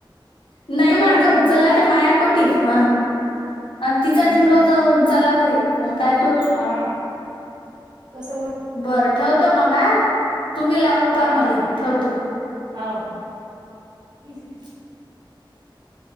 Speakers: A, on the left; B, on the right.
A: नाही मग
B: त्याचा
A: आता उचललाय
B: झिरो जाय
A: तर माया कटीत आणि तिचा
B: हम्म
A: झिरो जाऊन चला जाईल मग काय करू
B: हा तसं हो
A: बरं ठेवत मग आ तुम्ही लावून
B: हो
A: पा मले
B: हो ठीक
A: ठेवतो
B: आहे
A: मग.
B: हो आहे